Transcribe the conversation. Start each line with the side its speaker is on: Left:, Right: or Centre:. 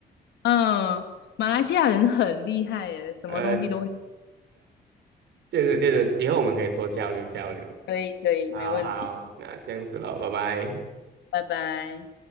Left: 嗯，马来西亚人很厉害耶，什么东西都会。
Right: 呃，确实确实，以后我们可以多交流交流。
Left: 可以，可以，
Right: 好好，
Left: 没问题。
Right: 那这样子喽，拜拜。
Left: 拜拜。